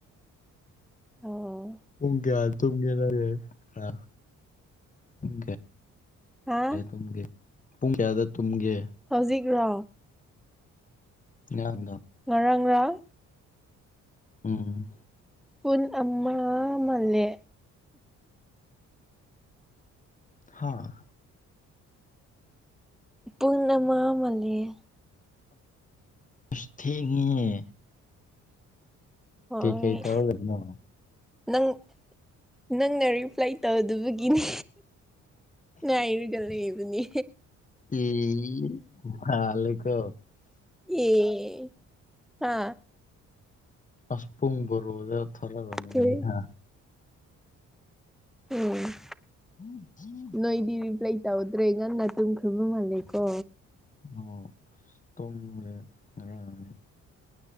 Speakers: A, in the centre; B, on the left.
A: ꯑꯣ
B: ꯄꯨꯡ ꯀꯌꯥ ꯇꯨꯝꯒꯦ ꯅꯪ ꯒ ꯍꯥ ꯄꯨꯡ ꯀꯌ꯭ꯥ
A: ꯍꯥ
B: ꯇꯨꯝꯒꯦ ꯄꯨꯡ ꯀꯌꯥꯗ ꯇꯨꯝꯒꯦ
A: ꯍꯧꯖꯤꯛ꯭ꯔꯣ
B: ꯉꯔꯥꯡꯗꯪ
A: ꯉꯔꯥꯡ ꯉꯔꯥꯡ
B: ꯎꯝ
A: ꯄꯨꯟ ꯑꯃ ꯃꯜꯂꯦ
B: ꯍꯥꯥ
A: ꯄꯨꯟ ꯑꯃ ꯃꯜꯂꯤꯌꯦ
B: ꯍꯁ ꯊꯦꯡꯉꯤꯍꯦ
A: ꯍꯣꯏ
B: ꯀꯩꯀꯩ ꯇꯧꯔ ꯂꯩꯕꯅꯣ
A: ꯅꯪ ꯅꯪꯅ ꯔꯤꯄ꯭ꯂꯥꯏ ꯇꯧꯗꯕꯒꯤꯅꯦ ꯉꯥꯏꯔꯤꯒ ꯂꯩꯕꯅꯤ
B: ꯑꯦ ꯃꯥꯜ ꯂꯩꯀꯣ
A: ꯑꯦ ꯍꯥ
B: ꯑꯁ ꯄꯨꯡ ꯕꯔꯣꯗ ꯊꯔꯛꯑꯝꯃꯅꯤ
A: ꯀꯔꯤ
B: ꯍꯥ
A: ꯎꯝ
B: <unintelligible>
A: ꯅꯣꯏꯗꯤ ꯔꯤꯄ꯭ꯂꯥꯏ ꯇꯧꯗ꯭ꯔꯦ ꯉꯟꯅ ꯇꯨꯝꯈ꯭ꯔꯕ ꯃꯥꯜꯂꯦꯀꯣ
B: ꯑꯣ ꯇꯣꯝꯔꯦ ꯉꫪꯥꯡꯗꯤ